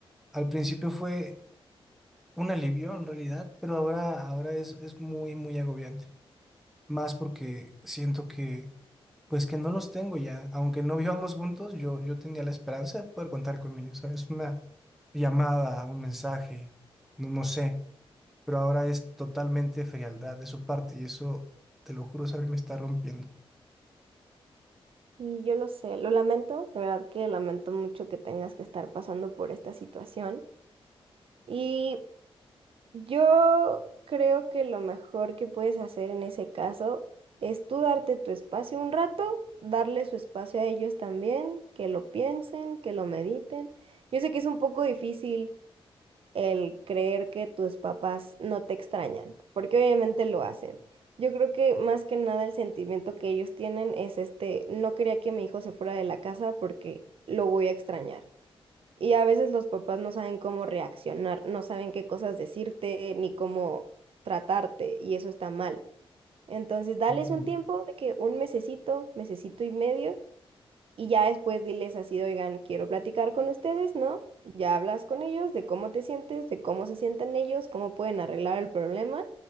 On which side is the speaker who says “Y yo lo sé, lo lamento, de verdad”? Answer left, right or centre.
Right